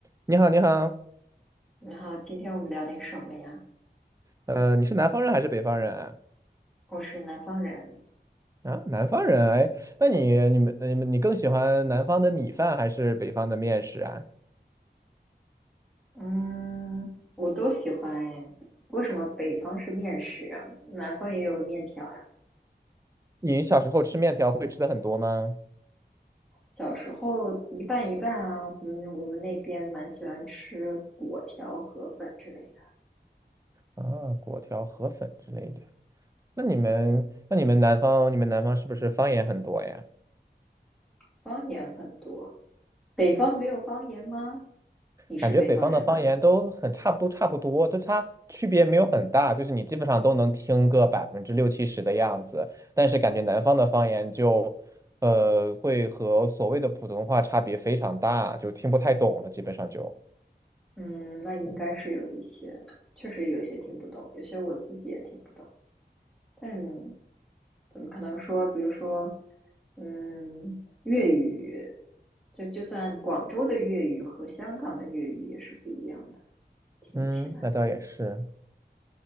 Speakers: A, on the right (about 20°); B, in the centre.
A: 你好，你好，
B: 你好，今天我们聊点什么呀？
A: 呃，你是南方人还是北方人啊？
B: 我是南方人，
A: 啊，南方人，哎，那你、你们、你们，你更喜欢南方的米饭还是北方的面食啊？
B: 嗯，我都喜欢哎。为什么北方是面食啊？南方也有面条呀、
A: 你小时候吃面条会吃的很多吗？
B: 小时候一半一半啊，我们我们那边蛮喜欢吃粿条、河粉之类的。
A: 啊，果条、河粉之类的。那你们、那你们南方、你们南方是不是方言很多呀？
B: 方言很多，北方没有方言吗？你是北方人吧？
A: 感觉北方的方言都很差不多，差不多，就差区别没有很大，就是你基本上都能听个百分之六七十的样子。但是感觉南方的方言就，呃，会和所谓的普通话差别非常大，就听不太懂了，基本上就。
B: 嗯，那应该是有一些，确实有些听不懂，有些我自己也听不懂。但是怎么可能说，比如说，嗯，粤语，就就算广州的粤语和香港的粤语也是不一样的，听起来。
A: 嗯，那倒也是。